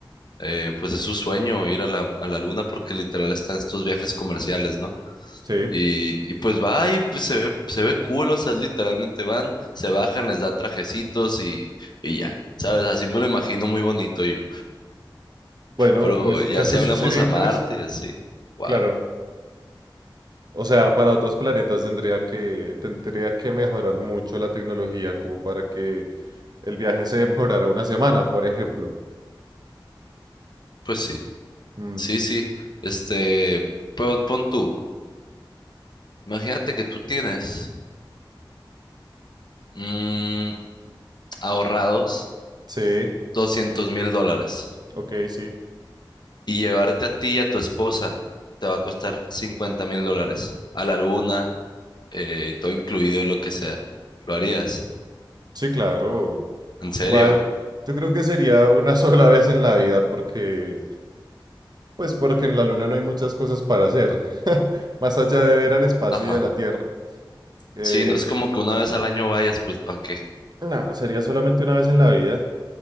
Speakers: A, on the left; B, on the right.
A: eh, pues es su sueño ir a la, a la luna porque literal está en estos viajes comerciales, ¿no?
B: Sí.
A: Y, y pues va y pues, se ve, se ve cool, o sea, literalmente van, se bajan, les dan trajecitos y, y ya, ¿sabes? Así me lo imagino muy bonito yo.
B: Bueno,
A: Pero
B: en ese
A: ya
B: caso
A: si hablamos
B: sí sería
A: a
B: interesante.
A: Marte y así, wow,
B: Claro. O sea, para otros planetas tendría que, tendría que mejorar mucho la tecnología como para que el viaje se demorara una semana, por ejemplo.
A: pues sí,
B: Mm,
A: sí, sí, este, pero pon tú. Imagínate que tú tienes mm, ahorrados
B: sí,
A: doscientos mil dólares
B: ok, sí.
A: y llevarte a ti y a tu esposa te va a costar cincuenta mil dólares a la luna, eh, todo incluido y lo que sea. ¿Lo harías?
B: Sí, claro.
A: ¿En serio?
B: Igual, yo creo que sería una <laughs> sola vez en la vida porque, pues porque en la Luna no hay muchas cosas para hacer, <laughs> más allá de ver al espacio
A: Ajá.
B: y a la Tierra. Eh,
A: Sí, no es como que una vez al año vayas, pues ¿para qué?
B: no, sería solamente una vez en la vida.